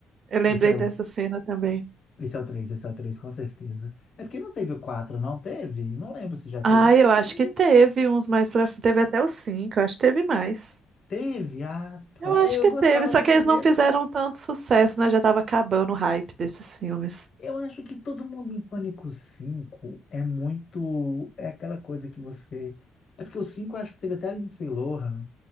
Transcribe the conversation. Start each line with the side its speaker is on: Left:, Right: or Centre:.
Right: Eu lembrei
Left: Esse é o,
Right: dessa cena também.
Left: esse é o 3 esse é o três com certeza. É porque não teve o 4 não teve? Não lembro se já teve,
Right: Ah,
Left: acho
Right: eu
Left: que teve,
Right: acho que teve
Left: não.
Right: uns mais pra. Teve até os cinco, eu acho que teve mais.
Left: Teve, ah, tá.
Right: Eu acho
Left: É, Eu
Right: que
Left: gostava
Right: teve, só
Left: dos
Right: que
Left: primeiros,
Right: eles não fizeram tanto sucesso, né? Já tava acabando o hype desses filmes.
Left: Eu acho que Todo Mundo em Pânico cinco é muito. É aquela coisa que você. É porque o 5 eu acho que teve até a Lindsay Lohan.